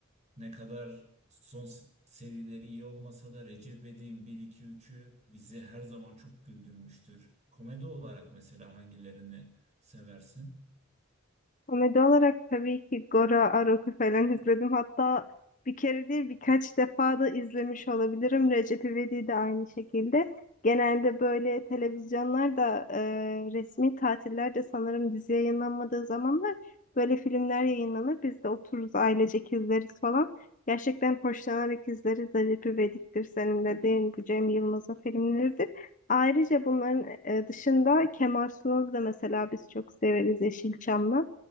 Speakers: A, on the right; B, on the left.
A: Ne kadar son s- serileri iyi olmasa da Recep İvedik'in 1-2-3'ü bizi her zaman çok güldürmüştür. Komedi olarak mesela hangilerini seversin?
B: Komedi olarak tabii ki Gora, Arok'u falan izledim. Hatta bir kere değil birkaç defa da izlemiş olabilirim. Recep İvedik'i de aynı şekilde. Genelde böyle televizyonlarda e, resmi tatillerde sanırım dizi yayınlanmadığı zamanlar böyle filmler yayınlanır. Biz de otururuz ailecek izleriz falan. Gerçekten hoşlanarak izleriz. Recep İvedik'tir senin dediğin bu Cem Yılmaz'ın filmleridir. Ayrıca bunların e, dışında Kemal Sunal'ı da mesela biz çok severiz Yeşilçam'la.